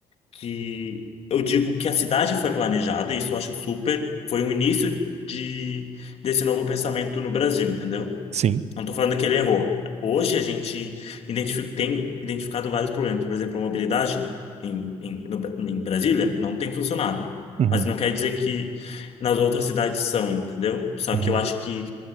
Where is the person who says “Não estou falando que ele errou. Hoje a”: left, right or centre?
Left